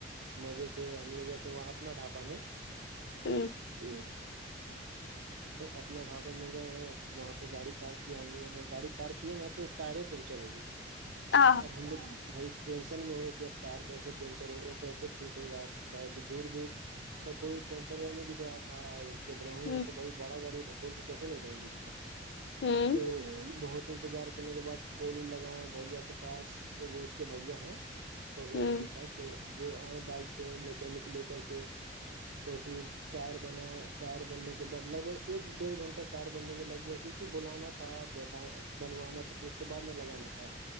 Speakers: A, on the right; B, on the left.
A: مزے سے ہم لوگ یہ تھے وہاں اپنا ڈھابا میں
B: ہوں
A: <unintelligible> اپنا ڈھابہ م گ ہیں وہاں پہ گاڑی پارک کیا ہم لووں نے گاڑی پارک کی نا تو ٹائر پنکچر ہو گیا
B: آ
A: اور ہم لوگ بہت ٹینشن میں ہوگی کہ اب ٹائر کیسے پنچر ہو اور کیسے ٹھیک ہوگا آپ کا دور دور تو کوئی پینچر ویر نہیں دکھ رہا تھا کہ رہ
B: ہوں
A: ہے تو بھائی بڑا گاڑی ڈکول کے کیسے لے جائیں گی اس کو
B: ہوں
A: تو بہت انتظار کرنے کے بعد کول لگائے بھیا کے پاس ا اس کے بھیا ہیں توحید
B: ہوں
A: نام ہے شاید تو وہ آئے بائک سے مکینک لے کر کے تو پھر ٹائر بنا ٹائر بننے کے بعد لگ بھگ ایک تو گھنٹ ٹائر بننے میں لگ گیا کیونکہ بلانا تھا بنوانا تھا پھر اس کے بعد میں لگانا تھا